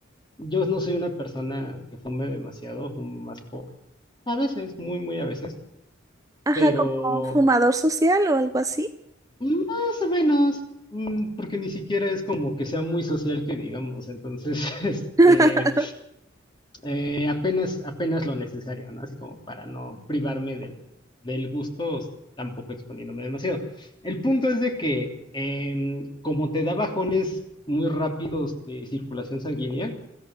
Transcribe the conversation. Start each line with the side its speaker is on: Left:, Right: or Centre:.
Left: Yo no soy una persona que fume demasiado, fumo más por, a veces, muy, muy a veces,
Right: Ajá,
Left: pero
Right: como fumador social o algo así.
Left: Más o menos, mm, porque ni siquiera es como que sea muy social que digamos, entonces, <laughs> este,
Right: <laughs>
Left: eh, apenas, apenas lo necesario, ¿no? Así como para no privarme del, del gusto, s- tampoco exponiéndome demasiado. El punto es de que, em, como te da bajones muy rápidos de circulación sanguínea,